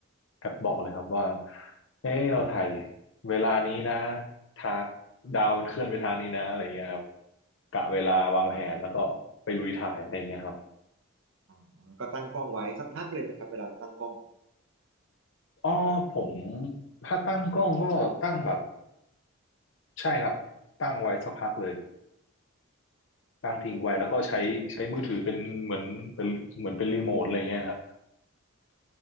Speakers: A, on the left; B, on the right.
A: แอปบอกเลยครับว่าเอ้เราถ่าย
B: อืมอืมอืมอืม
A: เวลานี้นะทางดาวมันเคลื่อนไปทางนี้นะอะไรเงี้ยครับกะเวลาวางแผนแล้วก็ไปลุยถ่ายอะไรเงี้ยครับ
B: ครับอ๋อก็ตั้งกล้องไว้สักพักเลยไหมครับเวลาตั้งกล้อง
A: อ๋อผมถ้าตั้งกล้องก็ตั้งแบบใช่ครับตั้งไว้สักพักเลยตั้งทิ้งไว้แล้วก็ใช้ใช้มือถือเป็นเหมือนเป็นเหมือนเป็นรีโมทอะไรเงี้ยฮะ
B: อ๋อโอเค